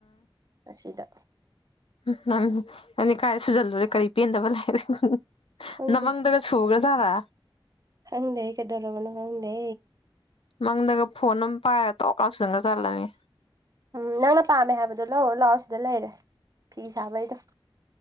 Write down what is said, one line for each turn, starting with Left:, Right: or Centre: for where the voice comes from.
Right: ꯑꯁꯤꯗ
Left: ꯎ ꯅꯪ ꯑ ꯀꯥꯏ ꯁꯨꯖꯜꯂꯨꯔꯦ ꯀꯔꯤ ꯄꯦꯟꯗꯕ ꯂꯩꯕꯩ ꯍ ꯍ
Right: ꯈꯪꯗꯦ
Left: ꯅ ꯃꯪꯗꯒꯁꯨ ꯍꯨꯒ꯭ꯔ ꯆꯂ
Right: ꯈꯪꯗꯦ ꯀꯩꯗꯧꯔꯕꯅꯣ ꯈꯪꯗꯦ
Left: ꯃꯪꯗꯒ ꯐꯣꯟ ꯑꯃꯝ ꯄꯥꯏꯔ ꯇꯧꯔꯀꯥꯟ ꯁꯨꯗꯟ ꯈ ꯆꯠꯜꯂꯝꯃꯤ
Right: ꯎꯝ ꯅꯪꯅ ꯄꯥꯝꯃꯦ ꯍꯥꯏꯕꯗꯣ ꯂꯧꯔ ꯂꯥꯛꯑꯣ ꯁꯤꯗ ꯂꯩꯔꯦ ꯐꯤ ꯁꯥꯕꯩꯗꯣ